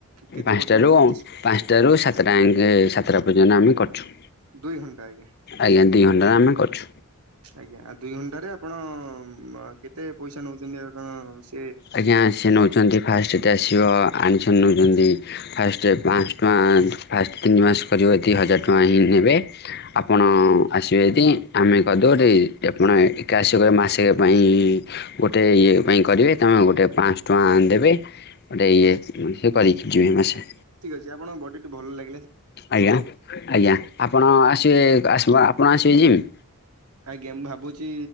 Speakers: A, on the right; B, on the left.
A: କେତେ
B: ପାଞ୍ଚଟ
A: ପର୍ଯ୍ୟନ୍ତ
B: ର
A: କେତେ
B: ପାଞ୍ଚଟ ରୁ ସାତଟା ଆଙ୍କେ ସାତଟା ପର୍ଯ୍ୟନ୍ତ ଆମେ କରୁଛୁ।
A: ଦୁଇ ଘଣ୍ଟା ଆଜ୍ଞା।
B: ଆଜ୍ଞା ଦୁଇ ଘଣ୍ଟା ଆମେ କରୁଛୁ
A: ଆଜ୍ଞା ଆଉ ଦୁଇ ଘଣ୍ଟାରେ ଆପଣ କେତେ ପଇସା ନଉଛନ୍ତି ଆଉ କଣ ସେ
B: ଆଜ୍ଞା ସେ ନେଉଛନ୍ତି ଫାଷ୍ଟଟେ ଆସିବ ଆଣିଛନ୍ତି ନେଉଛନ୍ତି ଫାଷ୍ଟ ପାଞ୍ଚହ ଟଙ୍କା ଫାଷ୍ଟ ତିନି ମାସ କରିବ ଦୁଇ ହଜାର ଟଙ୍କା ହିଁ ନେବେ। ଆପଣ ଆସିବେ ଯଦି ଆମେ କରିଦବୁ ଆପଣ ଏକା ଆସିବେ କହିବେ ମାସେ ପାଇଁ ଗୋଟେ ଇଏ ପାଇଁ କରିବେ ତମେ ଗୋଟେ ପାଞ୍ଚହ ଟଙ୍କା ଆଣିଦେବେ। ଗୋଟେ ଇଏ ସେ କରିକିଯିବେ ମାସେ।
A: ଠିକ୍ ଅଛି, ଆପଣଙ୍କ ବଡି ଟି ଭଲ ଲାଗି
B: ଆଜ୍ଞା, ଆଜ୍ଞା, ଆପଣ ଆସିବେ, ଆପଣ ଆସିବେ ଯିବି।
A: ଆଜ୍ଞା, ମୁଁ ଭାବୁଛି